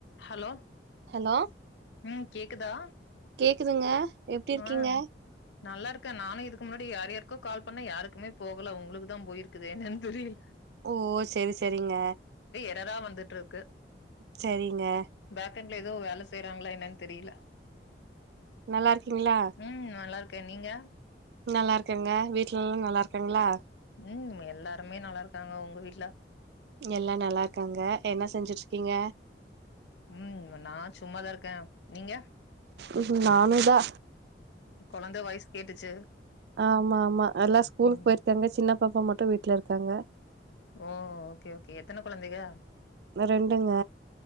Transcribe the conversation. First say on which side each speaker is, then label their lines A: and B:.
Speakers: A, on the left; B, on the right.
A: ஹலோ
B: ஹலோ
A: ம் கேக்குதா
B: கேட்குதுங்க எப்படி இருக்கீங்க
A: ஆ நல்லா இருக்கே நானு இதுக்கு முன்னாடி யார் யாருக்கோ கால் பண்ணே யாருக்குமே போகல உங்களுக்குதா போயிருக்குது என்னன்னு தெரியல
B: ஓ செரி செரிங்க
A: <unintelligible> வந்துட்ருக்கு
B: சரிங்க
A: கிச்சன்ல ஏதோ வேலை செய்யறாங்களா என்னன்னு தெரியல
B: நல்லா இருக்கீங்களா
A: ம் நல்லா நீங்க
B: நல்லா இருக்கங்க வீட்ல எல்லா நல்லா இருக்காங்களா
A: உம் எல்லாருமே நல்லா இருக்காங்க உங்க வீட்ல
B: எல்லா நல்லா இருக்காங்க என்ன செஞ்சுட்ருக்கீங்க
A: உம் நான் சும்மாதா இருக்கே நீங்க
B: உம் நானும்தா
A: குழந்த வாஸ் கேட்டுச்சு
B: ஆமா ஆமா எல்லா ஸ்கூலுக்கு
A: ம்
B: போயிருக்காங்க சின்னப்பாப்பா மட்டு வீட்ல இருக் க்காங்கோ
A: ஓ ஓகே ஓகே எத்தனை குழந்தைங்க
B: ரெண்டுங்க